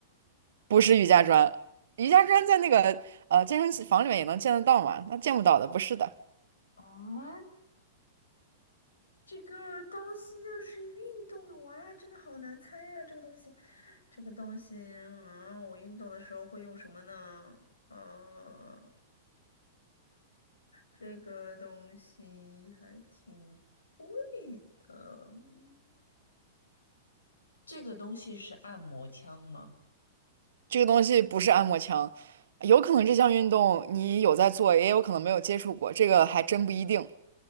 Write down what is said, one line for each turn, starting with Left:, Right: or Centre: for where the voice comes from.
Right: 不是瑜伽砖，瑜伽砖在那个呃健身房里面也能见得到嘛？那见不到的，不是的，
Left: 啊，这个东西又是运动的，哇，真的好难猜呀、这个东西，这个东西啊，我运动的时候会用什么呢？啊，这个东西还挺贵的。嗯这个东西是按摩枪吗？
Right: 这个东西不是按摩枪，有可能这项运动你有在做，也有可能没有接触过，这个还真不一定。